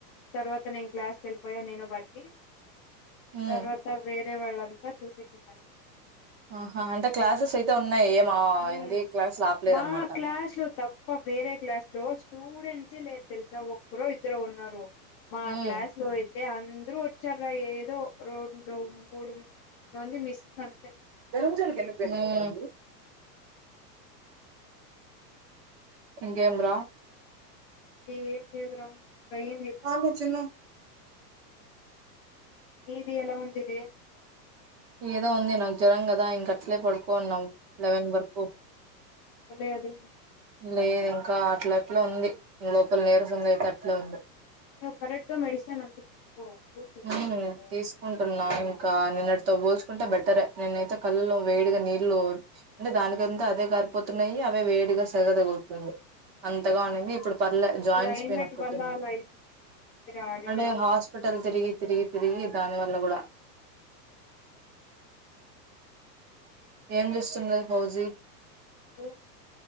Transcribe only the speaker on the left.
తర్వాత నేను క్లాస్కి వెళ్ళిపోయా నేను భారతి
తర్వాత వేరే వాళ్ళంతా చూసి తిన్నారు
ఉమ్
మా క్లాస్ లు తప్ ప్పా వేరే క్లాస్ లో స్టూడెంట్సే లేరు తెలుసా ఒక్కరో ఇద్దరో ఉన్నారు మా
క్లాస్ లో అయితే అందరు వచ్చారా ఏదో రెండు మూడు మంది మిస్ అంతే
ఏం లేదు రా భయం
నీది ఎలా ఉంటాది
అదే అదే
నువ్ కరెక్ట్ గా మెడిసిన్ అంత తీసుకో ఫ్రూట్స్ ఎక్కువ
తిను
క్లైమేట్
వల్ల అలా అయితుంది మీరు ఆడేయడం
రోజ